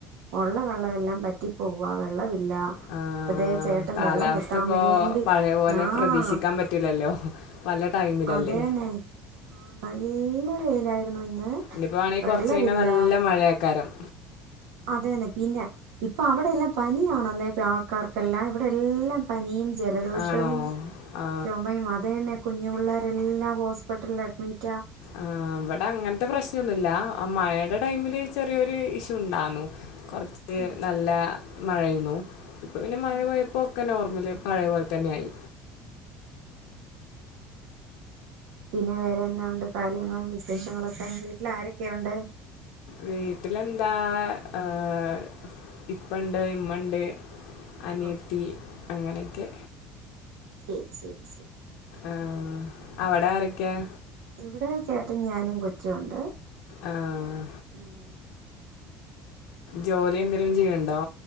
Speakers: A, on the right; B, on the left.
A: ഉള്ള വെള്ളവെല്ലാം പറ്റിപ്പോവാ വെള്ളം. ഇല്ല
B: ആ,
A: അതേ ചേട്ടൻ
B: കാലാവസ്ഥ
A: വെള്ളം കുത്താൻ
B: ഇപ്പോ
A: വേണ്ടി
B: പഴയ പോലെ
A: ആഹ്
B: പ്രതീക്ഷിക്കാൻ പറ്റൂലല്ലോ പല ടൈമിലല്ലേ
A: അതെന്നെ ആ നല്ല വെയിലായിരുന്നു ഇന്ന്
B: ഇനിയിപ്പോ ആണെങ്കിൽ
A: വെള്ളവില്ല.
B: കുറച്ച് കഴിഞ്ഞാൽ നല്ല മഴയാക്കാരം
A: അതെന്നെ പിന്നെ ഇപ്പൊ അവിടെയെല്ലാം പനിയണന്നേ ആൾക്കാർക്കെല്ലാം ഇവിടെ എല്ലാം പനിയും. ജലദോഷവും
B: ആണോ ആ
A: ചുമയും അതന്നെ കുഞ്ഞുപുള്ളരെ. എല്ലാ ഹോസ്പിറ്റൽ അഡ്മിറ്റ്.
B: ആഹ് ഇവിടെ അങ്ങനെത്തെ പ്രശ്നമൊന്നുമില്ല ആ മഴയുടെ ടൈമില്
A: ഇല്ല
B: ചെറിയൊരു ഇഷ്യ ഉണ്ടെന്ന് കുറച്ച് ഇത്
A: ഉം
B: നല്ല. മഴയിന്നു ഇപ്പൊ പിന്നെ മഴ
A: ഉം
B: പോയപ്പോക്കെ
A: ഉം
B: നോർമില്. പഴയപോലെ തന്നെയായി.
A: പിന്നെ വേറെയന്നെ ഉണ്ട് കാര്യങ്ങൾ വിശേഷങ്ങളൊക്കെ വീട്ടിൽ ആരൊക്കെയുണ്ട്.
B: വീട്ടിലെന്താ ആഹ് ഇപ്പണ്ട് ഇമ്മണ്ട്. അനയത്തി.
A: ഓ
B: അങ്ങനെയെക്കെ
A: ശരി ശരി ശരി
B: ആഹ് അവിടെ ആരെയൊക്കെയാ
A: ഉം ഇവിടെ ചേട്ടൻ ഞാനും കൊച്ചുവുണ്ട്.
B: ആഹ്
A: ഉം
B: ജോലി എന്തെലും ചെയ്യണ്ടോ.